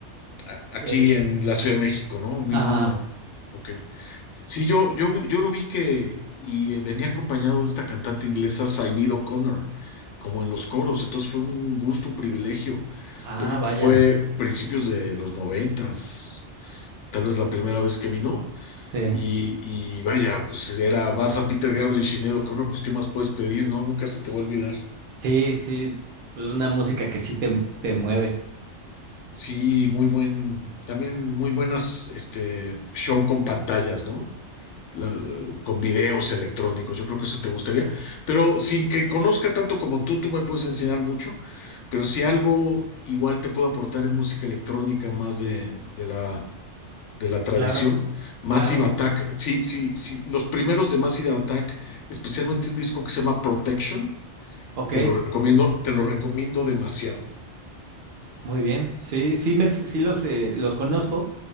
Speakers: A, on the left; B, on the right.
A: a- aquí
B: de hecho.
A: en la Ciudad de México, ¿no? Vino,
B: Ajá.
A: ok. Sí, yo, yo, yo lo vi que y eh, venía acompañado de esta cantante inglesa Sinead O'Connor, como en los coros, entonces fue un gusto, un privilegio.
B: Ah,
A: Yo creo
B: vaya.
A: que fue principios de los noventas, tal vez la primera vez que vino,
B: Sí.
A: y, y vaya, pues era, vas a Peter Gabriel y Sinead O'Connor, pues ¿qué más puedes pedir, no? Nunca se te va a olvidar.
B: Sí, sí, una música que sí te, te mueve.
A: Sí, muy buen, también muy buenas, este, show con pantallas, ¿no? la- con videos electrónicos. Yo creo que eso te gustaría. Pero sin que conozca tanto como tú, tú me puedes enseñar mucho. Pero si algo igual te puedo aportar en música electrónica más de, de la, de la tradición,
B: Claro,
A: Massive
B: claro.
A: Attack. Sí, sí, sí. Los primeros de Massive Attack, especialmente un disco que se llama Protection,
B: Ok,
A: te lo recomiendo, te lo recomiendo demasiado.
B: muy bien. Sí, sí, me, sí los, eh, los conozco,